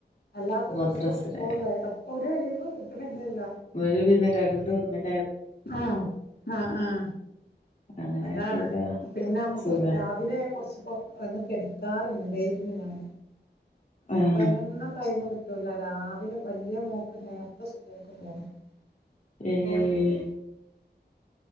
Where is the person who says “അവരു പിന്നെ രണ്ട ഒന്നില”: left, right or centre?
Left